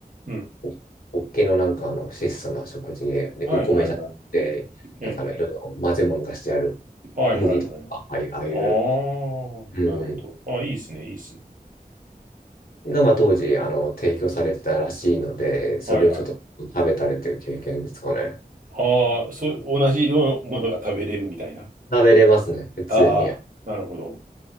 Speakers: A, on the right (about 55°); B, on the left (about 65°).
A: うん。
B: ホホッケのなんかあの質素な食事で、
A: はいはいはい。
B: お米じゃなくて、
A: ええ。
B: なんかあのいろいろ混ぜ物がしてある麦とか、
A: はいはいはい。
B: ああいう、ああいう、
A: ああ、
B: うん、
A: なるほど。あ、いいですね。いいですね。
B: がまあ当時あの提供されてたらしいので、それをちょっと食べたりという経験ですかね。
A: はいはい。ああ、そう、同じようなものが食べれるみたいな。
B: 食べれますね、普通に。
A: ああ、なるほど。